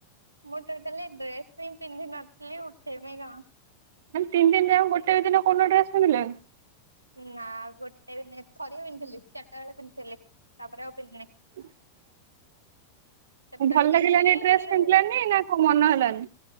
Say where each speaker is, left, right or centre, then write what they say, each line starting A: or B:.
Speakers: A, on the right (about 80°); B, on the right (about 60°).
A: ମୋର ତ ହେଲେ ଡ୍ରେସ୍ କାଇଁ ପିନ୍ଧିନ ଥିଲି ଉଠେଇନି ଆଉ।
B: ଖାଲି ତିନି ଦିନ ଯାକ ଗୋଟେ ଦିନ କୋଉଦିନ ଡ୍ରେସ୍ ପିନ୍ଧିଲନି।
A: ନା ଗୋଟେ ବି ନୁହେଁ ଥରେ ପିନ୍ଧିଥିଲି ଚାରିଟା ବେଳେ ପିନ୍ଧିଥିଲି ତାପରେ ଆଉ ପିନ୍ଧିନି।
B: <unintelligible>
A: ସେତେବେଳେ
B: ଭଲ
A: ପିନ୍ଧିଥିଲି
B: ଲାଗିଲାନି ଡ୍ରେସ୍
A: ହେଲେ
B: ପିନ୍ଧିଲନି ନା କଣ ମନ ହେଲାନି।